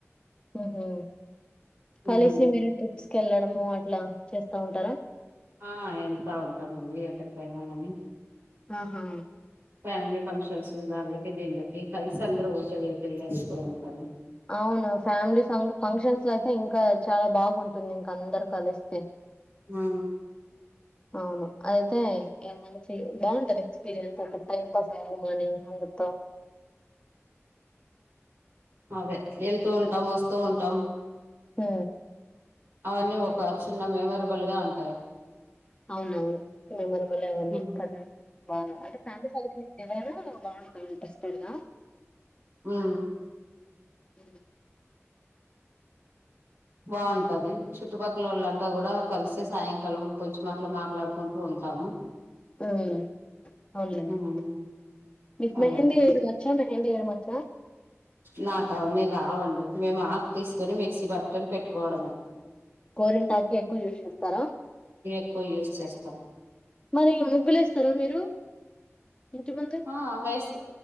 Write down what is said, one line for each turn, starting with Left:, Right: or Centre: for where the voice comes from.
Left: హుహు కలిసి
Right: మ్మ్
Left: మీరు ట్రిప్స్కి వెళ్ళడము అట్లా చేస్తా ఉంటారా
Right: ఆ ఏల్తా ఉంటామండి ఎక్కడికైనా కాని
Left: అ హా
Right: ఫ్యామిలీ ఫంక్షన్స్ దాన్లకి దీన్లకి కలిసి అందరు ఓకే వతులే అనుకోంటాను
Left: అవును ఫ్యామిలీ ఫ ఫంక్షన్స్ లో అయితే ఇంకా చాలా బాగుంటుంది ఇంక అందరు కలిస్తే ఆ
Right: ఆ
Left: స అవును అదయితే మంచి బాగుంటది ఎక్స్పీరియన్స్ ఒక టైం పాస్ అవఅని అందుతో
Right: అదే ఎంతూ ఉంటాం వస్తూ ఉంటాం
Left: హు
Right: అవన్నీ ఒక చిన్న మెమోరబుల్ గా ఉంటాయ్
Left: అవునవును మెమరబులే అవన్నీ
Right: ఉమ్
Left: కదా బా అంటే ఫ్యామిలీ పంక్షన్ ఏవైనా బాగుంటాయి ఇంట్రస్టెడ్గా
Right: ఆ
Left: ఉ
Right: బాగుంటది చుట్టుపక్కలోళ్లంతా గూడా కలిసే సాయంకాలం కొంచెం అట్లా మాట్లాడుకుంటు ఉంటాను
Left: ఆ అవునులేండి
Right: ఉమ్
Left: మీకు
Right: అదే
Left: మెహెంది ఎ చ మెహింది ఎయ్యడం వచ్చా
Right: నాకు అవన్నీ రావండి మేము ఆకు తీసుకుని మిక్సీ పట్కొని పెట్టుకోవడం
Left: గోరింటాకు ఎక్కువ యూస్ చేస్తారా
Right: ఎక్కువ యూజ్ చేస్తాం
Left: మరి ముగ్గులు ఎస్తారు మీరు ఇంటి ముందు
Right: ఆ అ వేస్త